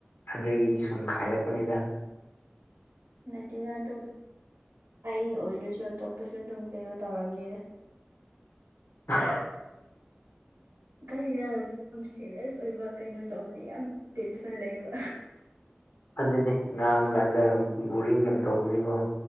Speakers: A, on the left (about 65°); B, on the right (about 85°).
A: ꯑꯗꯒꯤ ꯁꯨꯝ ꯈꯥꯏꯔꯛꯄꯅꯤꯗ
B: ꯅꯠꯇꯅ ꯑꯗꯨꯝ ꯑꯩ ꯑꯣꯏꯔꯁꯨ ꯑꯇꯣꯞꯄꯁꯨ ꯑꯗꯨꯝ ꯀꯩꯅꯣ ꯇꯧꯔꯕꯝꯅꯤꯅ
A: ꯍ
B: ꯈꯩꯔꯁꯤ ꯌꯥꯝ ꯁꯦꯔꯤꯌꯁ ꯑꯣꯏꯕ ꯀꯩꯅꯣ ꯇꯧꯕꯗꯤ ꯌꯥꯝ ꯇꯦꯟꯁꯟ ꯂꯩꯕ
A: ꯑꯗꯨꯗꯤ ꯉꯥꯡꯨꯀꯥꯟꯗ ꯕꯣꯔꯤꯡ ꯌꯥꯝ ꯇꯧꯕꯅꯤꯀꯣ